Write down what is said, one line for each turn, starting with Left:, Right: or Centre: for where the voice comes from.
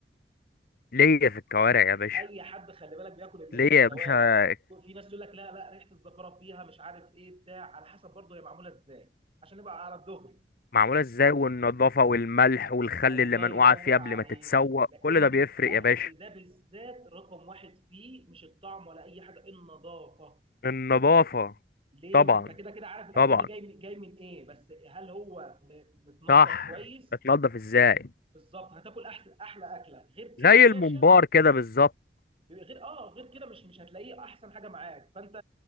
Left: ليا في الكوارع يا
Right: مش
Left: باشا
Right: اي حد خلي بالك بياكل ال-
Left: ليا يا
Right: الكوارع
Left: باشا
Right: في ناس تقول لك لا لا ريحه الزفره فيها مش عارف ايه بتاع على حسب برضه هي معموله ازاي عشان نبقى على الدغري
Left: معمولة ازاي والنظافة والملح والخل
Right: الله
Left: اللي منقوعة
Right: ينور
Left: فيه قبل
Right: عليك
Left: ما تتسوق
Right: لان
Left: كل ده بيفرق
Right: الاكل
Left: يا باشا
Right: ده بالذات رقم واحد فيه مش الطعم ولا اي حاجه النظافه
Left: النظافة
Right: ليه
Left: طبعا
Right: ما انت كده كده عارف الاكل
Left: طبعا
Right: ده جاي من جاي من ايه بس هل هو م- متنضف
Left: صح
Right: كويس
Left: بتنضف ازاي
Right: بالظبط هتاكل احلى احلى اكله غير
Left: زي
Right: كده يا باشا
Left: الممبار كده بالظبط
Right: غير اه غير كده مش مش هتلاقيه احسن حاجه معاك فانت